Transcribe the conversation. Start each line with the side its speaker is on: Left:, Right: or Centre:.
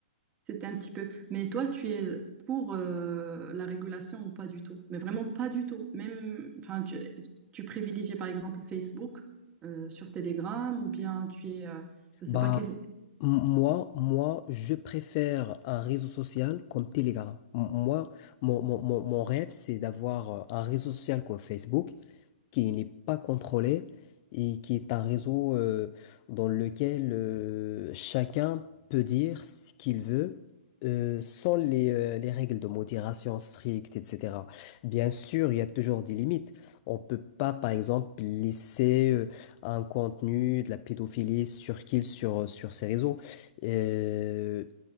Right: c'était un petit peu. Mais toi, tu es pour euh, la régulation ou pas du tout? Mais vraiment pas du tout. Même, enfin, tu, tu privilégies par exemple Facebook euh, sur Telegram ou bien tu es, euh, je
Left: Bah,
Right: sais pas quel.
Left: m- moi, moi, je préfère un réseau social comme Telegram. M- Moi, mon, mon, mon, mon rêve, c'est d'avoir euh, un réseau social comme Facebook qui n'est pas contrôlé et qui est un réseau euh, dans lequel euh, chacun peut dire ce qu'il veut euh, sans les, euh, les règles de modération strictes, etc. Bien sûr, il y a toujours des limites. On peut pas, par exemple, laisser euh, un contenu de la pédophilie sur qui sur, sur ces réseaux. Euh,